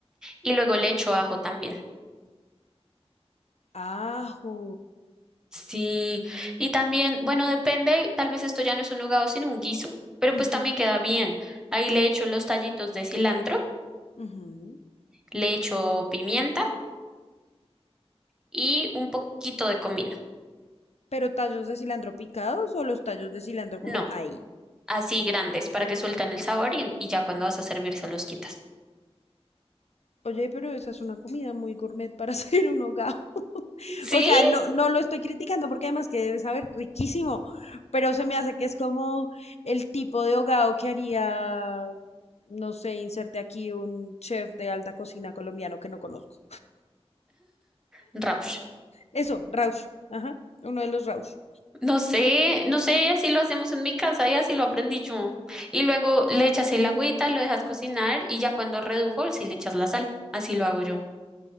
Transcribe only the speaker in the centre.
y luego le echo ajo también.
Sí, y también, bueno, depende, tal vez esto ya no es un hogado sino un guiso, pero
pues también queda bien. Ahí le echo los tallitos de cilantro,
le echo pimienta y un poquito de comino.
No,
así grandes para que suelten el sabor y, y ya cuando vas a servir se los quitas.
Sí,
Rausch.
No sé, no sé, así lo hacemos en mi casa y así lo aprendí yo. Y luego le echas el agüita, lo dejas cocinar y ya cuando redujo, sí le echas la sal. Así lo hago yo.